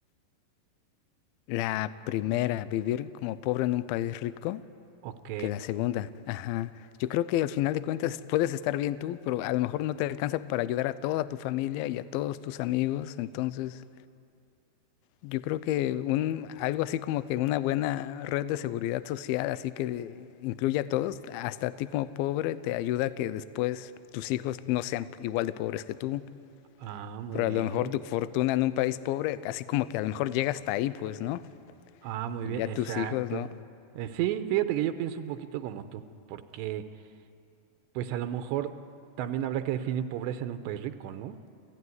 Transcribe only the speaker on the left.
la primera, vivir como pobre en un país rico,
que la segunda. Ajá. Yo creo que al final de cuentas puedes estar bien tú, pero a lo mejor no te alcanza para ayudar a toda tu familia y a todos tus amigos. Entonces, yo creo que un algo así como que una buena red de seguridad social, así que incluya a todos, hasta a ti como pobre, te ayuda a que después tus hijos no sean igual de pobres que tú.
Pero
a lo mejor tu fortuna en un país pobre, así como que a lo mejor llega hasta ahí, pues, ¿no?
Y
ya
tus hijos, ¿no?